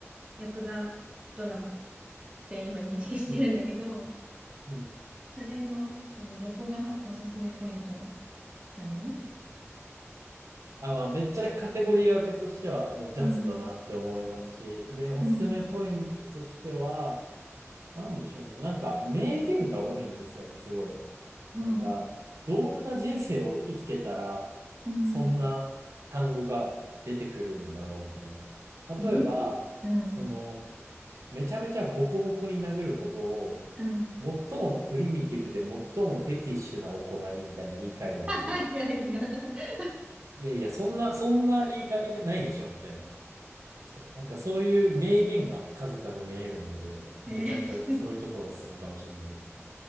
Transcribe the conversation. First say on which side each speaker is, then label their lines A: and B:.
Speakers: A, on the right; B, on the right.
A: ヤクザドラマって今認識してるんだけど、
B: うん、うん。
A: <laughs> それの、そのどこがおすすめポイントなの
B: あ、まあ、めっちゃカテゴリー分けとしては、もうジャズだなって思いますし、
A: うん。
B: で、おすすめポイントとしては、
A: うん。
B: なんでしょうね。なんか、名言が多いんですよね、すごい。
A: うん。
B: なんか、どんな人生を生きてたら、
A: うん。
B: そんな単語が出てくるんだろう、みたいな。例えば、
A: いいえうん。
B: その、めちゃめちゃボコボコに殴ることを、
A: うん。
B: 最もプリミティブで最もフェティッシュな行いみたいに言い換えるんですよ。
A: <laughs> いやいや <laughs>
B: いやいや、そんな、そんな言い換えないでしょ、みたいな。そう、なんかそういう名言が数々見れるので、
A: え
B: めちゃめちゃそういうところおすすめかもしれないです。
A: ー